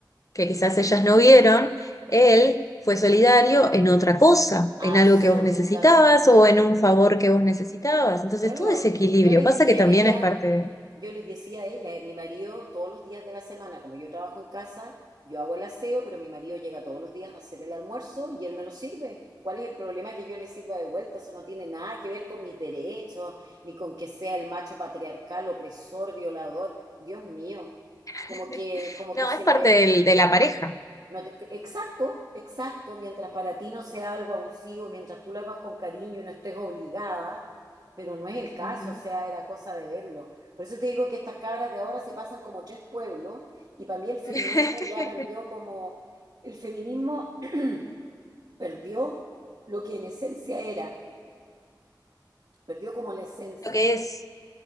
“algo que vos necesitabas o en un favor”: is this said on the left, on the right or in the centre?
Left